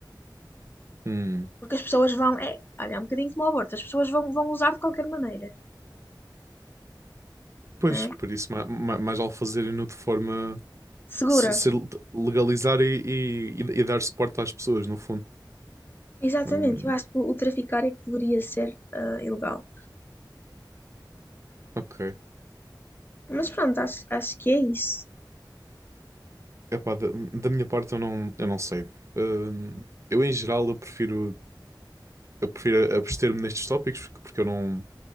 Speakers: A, on the right; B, on the left.
A: Hum.
B: Porque as pessoas vão, é, olha, é um bocadinho como o aborto, as pessoas vão, vão usar de qualquer maneira,
A: Pois,
B: não é?
A: por isso, ma- ma- mais, vale fazerem-no de forma.
B: Segura.
A: se- se legalizar e, e, e- e dar suporte às pessoas, no fundo.
B: Exatamente,
A: Hum,
B: eu acho que o, traficar é que deveria ser eh, ilegal.
A: ok.
B: Mas pronto, acho, acho que é isso.
A: Epá, da, da minha parte, eu não, eu não sei. Hum, eu, em geral, eu prefiro, eu prefiro abster-me nestes tópicos, porque eu não.